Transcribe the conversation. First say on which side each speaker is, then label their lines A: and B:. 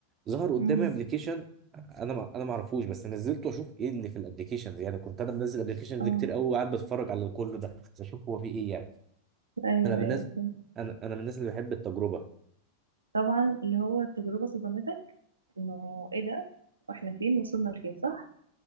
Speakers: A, on the right; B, on the right.
A: ظهر قدامي
B: أمم،
A: ابلكيشن انا ما انا ما اعرفوش بس نزلته اشوف ايه اللي في الابلكيشنز يعني كنت انا منزل ابلكيشنز
B: اه
A: كتير قوي وقاعد بتفرج على كل ده اشوف هو في ايه يعني
B: ايوه
A: انا من
B: ايوه
A: الناس
B: فهمت.
A: انا انا من الناس اللي بحب التجربه
B: طبعا اللي هو التجربة صدمتك انه ايه ده واحنا فين وصلنا لفين صح